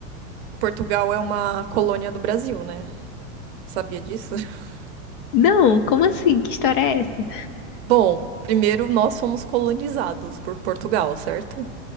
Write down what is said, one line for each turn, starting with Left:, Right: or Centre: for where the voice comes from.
Right: Portugal é uma colônia do Brasil, né? Sabia disso? <laughs>
Left: Não, como assim? Que história é essa?
Right: Bom, primeiro nós fomos colonizados por Portugal, certo?